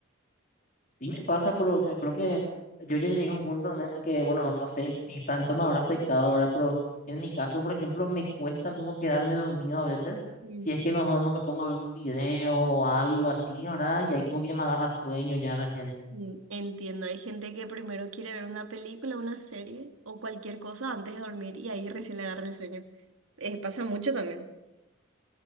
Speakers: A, on the left; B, on the right.
A: Sí me pasa, pero que- creo que yo ya llegué a un punto también en el que, bueno, no sé qué tanto me habrá afectado ahora, pero en mi caso, por ejemplo, me cuesta luego quedarme dormido a veces,
B: Mm.
A: si es que no, no me pongo a ver un video o algo así, ¿verdad? Y ahí como que ya me agarra sueño ya recién.
B: Mm, Entiendo, hay gente que primero quiere ver una película, una serie o cualquier cosa antes de dormir y ahí recién le agarra el sueño. Eh, pasa mucho también,